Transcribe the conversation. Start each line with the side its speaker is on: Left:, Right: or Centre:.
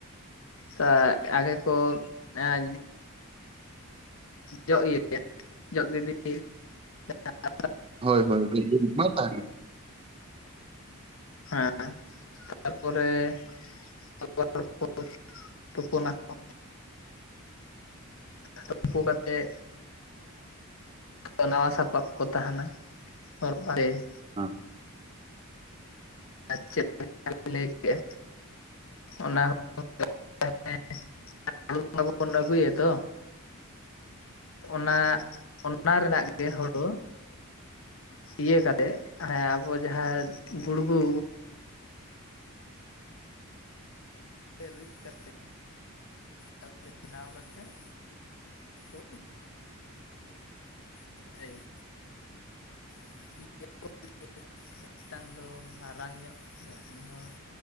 Left: ᱠᱟ ᱟᱜᱮ ᱠᱚ ᱟᱧ ᱡᱚᱜ ᱤᱭᱟᱹ ᱡᱚᱜ ᱜᱤᱰᱤ ᱾ <unintelligible>
Right: ᱦᱳᱭ ᱦᱳᱭ ᱦᱤᱡᱩᱜ ᱢᱟᱭ ᱛᱟᱦᱮ᱾
Left: ᱦᱮᱸ ᱛᱟᱨ ᱯᱚᱨᱮ᱾ <inaudible> ᱛᱩᱯᱩᱱᱟ ᱠᱚ ᱛᱩᱯᱩ ᱠᱟᱛᱮᱫ ᱮ ᱱᱟᱣᱟ ᱥᱟᱯᱟᱵ ᱠᱚ ᱛᱟᱦᱮᱱᱟ᱾ ᱦᱚᱨ ᱵᱟᱲᱮ᱾
Right: ᱚᱸᱻ
Left: ᱟᱨ ᱪᱮᱫ ᱞᱟᱹᱭ ᱠᱮᱫᱼᱟ ᱚᱱᱟ ᱦᱚᱸ <inaudible> <inaudible> ᱢᱟᱵᱚᱱ ᱟᱹᱜᱩᱭᱮᱫ ᱫᱚ᱾ ᱚᱱᱟ ᱚᱱᱟ ᱨᱮᱱᱟᱹᱜ ᱜᱮ ᱦᱩᱲᱩ᱾ ᱤᱭᱟᱹ ᱠᱟᱛᱮᱜ ᱦᱮ ᱟᱵᱚ ᱡᱟᱦᱟ ᱜᱩᱲᱜᱩ᱾ ᱨᱤᱫ ᱠᱟᱛᱮ ᱪᱟᱣᱞᱮ ᱵᱮᱱᱟᱣ ᱠᱟᱛᱮᱜ ᱠᱚ᱾ ᱯᱤᱴᱟᱹᱭᱟ <unintelligible> ᱢᱮᱴᱟᱝ ᱫᱚ ᱢᱟᱨᱟᱝ ᱧᱚᱜ ᱢᱤᱫᱴᱟᱝ ᱫᱚ